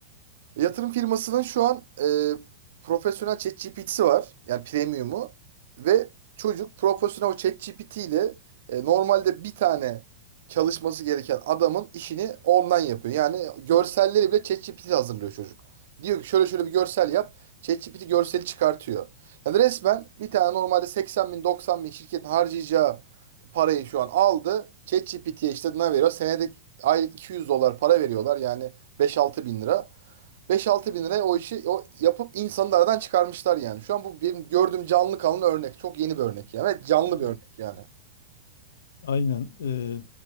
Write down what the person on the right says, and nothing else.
Yatırım firmasının şu an e, profesyonel ChatGPT'si var. Yani premium'u. Ve çocuk profesyonel ChatGPT ile e, normalde bir tane çalışması gereken adamın işini ondan yapıyor. Yani görselleri bile ChatGPT hazırlıyor çocuk. Diyor ki şöyle şöyle bir görsel yap. ChatGPT görseli çıkartıyor. Yani resmen bir tane normalde 80 bin 90 bin şirketin harcayacağı parayı şu an aldı. ChatGPT'ye işte ne veriyor? Senede aylık 200 dolar para veriyorlar. Yani 5-6 bin lira. Beş altı bin liraya o işi o yapıp insanı aradan çıkarmışlar yani. Şu an bu benim gördüğüm canlı kanlı örnek. Çok yeni bir örnek yani. Evet, canlı
bir örnek yani.